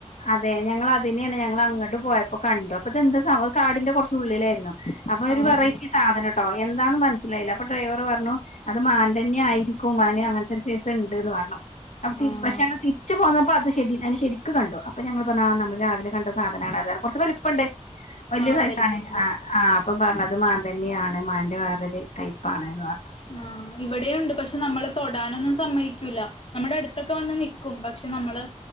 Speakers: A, on the left; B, on the left.
A: അതെ ഞങ്ങൾ അതിനെയാണ് ഞങ്ങൾ അങ്ങോട്ട് പോയപ്പോ കണ്ടു. അപ്പൊ ഇതെന്താ സമ കാടിന്റെ കൊറച്ച് ഉള്ളിലായിരുന്നു. അപ്പൊ ഒരു
B: ആഹ്
A: വെറൈറ്റി
B: ആഹ്
A: സാധനട്ടോ, എന്താന്ന് മനസ്സിലായില്ല അപ്പൊ ഡ്രൈവർ പറഞ്ഞു അത് മാ തന്നെ ആയിരിക്കും. മാൻ അങ്ങനത്തെ ഒരു സൈസ് ഇണ്ടെന്ന് പറഞ്ഞു. അപ്പോ തിരി
B: ആഹ്
A: പക്ഷേ തിരി ച്ച് പോന്നപ്പോ അത് ശരി അ ശരിക്ക് കണ്ടു. അപ്പ ഞങ്ങള് പറഞ്ഞു നമ്മള് രാവിലെ കണ്ട സാധനാണ് അത് കുറച്ച് വലിപ്പം ഉണ്ട്. വലിയ
B: ആഹ്
A: സൈസാണ്
B: വലിപ്പണ്ട്
A: ആഹ് ആഹ് അപ്പൊ പറഞ്ഞത് മാൻ തന്നെയാണ്, മാന്റെ വേറൊരു ടൈപ്പ് ആണ്ന്ന് പറഞ്ഞു.
B: ആഹ് ഇവിടെ ഉണ്ട് പക്ഷെ നമ്മളെ തൊടാനൊന്നും സമ്മയിക്കൂല, നമ്മുടെ അടുത്തൊക്കെ വന്ന് നിക്കും പക്ഷെ നമ്മള്